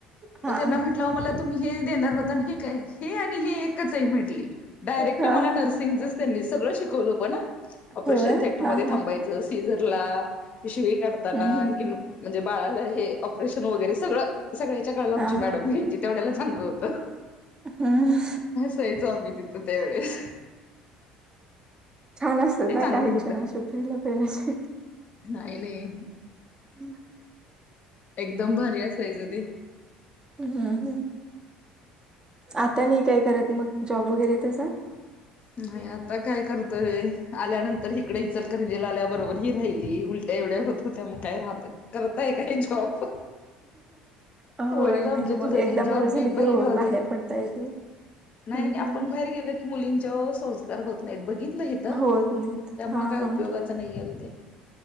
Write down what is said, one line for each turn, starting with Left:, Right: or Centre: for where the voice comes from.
Right: हा
Left: मग
Right: हा
Left: त्यांना म्हटलं मला तुम्ही हे देणार होता हे काय हे आणि हे एकच आहे म्हटली डायरेक्ट
Right: हा
Left: माला
Right: हा
Left: नर्स त्यांचं त्यांनी सगळ शिकवलं पण ऑपरेशन
Right: होय
Left: थटर
Right: हा
Left: मध्ये
Right: हा
Left: थांबा सीझरला शिळी काढताना
Right: हम्म हम्म.
Left: आणखीन म्हणजे बाळाला हे ऑपरेशन वगैरे सगळं, सगळ्याच्या काळाला आमची
Right: हा
Left: मॅडम घ्यायची, तेवढ्याला चांगलं होतं,
Right: हम्
Left: सच आम्ही तथो त्यावेळेस
Right: छान असतं
Left: ते
Right: ना
Left: चांगलं
Right: काही,
Left: होतं.
Right: क्षणाशी पेलं पेल्याचे
Left: नाही, नाही,
Right: हम् <unintelligible>
Left: एकदम भारी असायचं ते
Right: हम्म हम् आता नाही काय करत मग, जॉब वगैरे तसा
Left: नाही आता काय करतय आल्यानंतर इकडे इचलकरंजी आल्याबरोबर ही राहिली उल एवढ्या होत होते मग काय राहत करताय काही जॉब
Right: होय
Left: वडील
Right: नाही
Left: आमचे
Right: मग
Left: तुझा
Right: एकदा
Left: ते
Right: मुलं
Left: जॉब
Right: झाली
Left: बी
Right: की
Left: बाई
Right: हो
Left: राहू
Right: बाहेर
Left: दे
Right: पडता येत नाही,
Left: नाही
Right: हम्म
Left: नाही
Right: हम्म
Left: आपण बाहेर गेल की मुलींच्यावर संस्कार होत नाहीत बघितलं
Right: हम्म
Left: इथ त्यामुळे
Right: होत नाहीत हा
Left: काय
Right: हा
Left: उपयोगाच नाहील ते